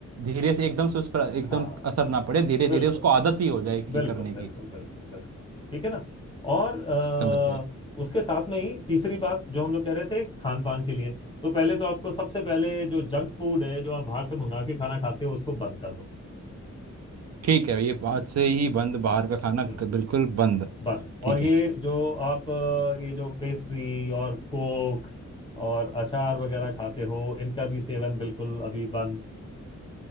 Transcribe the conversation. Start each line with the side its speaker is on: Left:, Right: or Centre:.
Right: धीरे से एकदम से उस पर एकदम
Left: हाँ
Right: असर ना पड़े धीरे
Left: बिल्कुल
Right: धीरे उसको आदत ही हो जाए कि
Left: बिल्कुल
Right: करने
Left: बिल्कुल
Right: की
Left: बिल्कुल बिल्कुल ठीक है ना और अ,
Right: समझ गए
Left: उसके साथ में ही तीसरी बात जो हम लोग कह रहे थे खान पान के लिए तो पहले तो आपको सबसे पहले जो जंक फूड है जो आप बाहर से मंगा के खाना खाते हो उसको बंद कर दो
Right: ठीक है ये बात से ही बंद बाहर का खाना क-
Left: हम्म
Right: बिल्कुल बंद
Left: बंद
Right: ठीक
Left: और ये
Right: है
Left: जो आप अ, ये जो पेस्ट्री और कोक और अचार वगैरह खाते हो इनका भी सेवन बिल्कुल अभी बंद